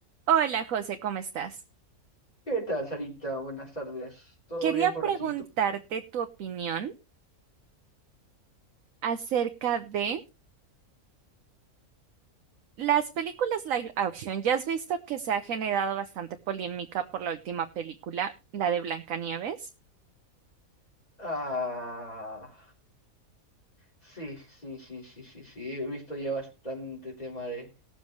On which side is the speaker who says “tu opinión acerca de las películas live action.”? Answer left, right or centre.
Right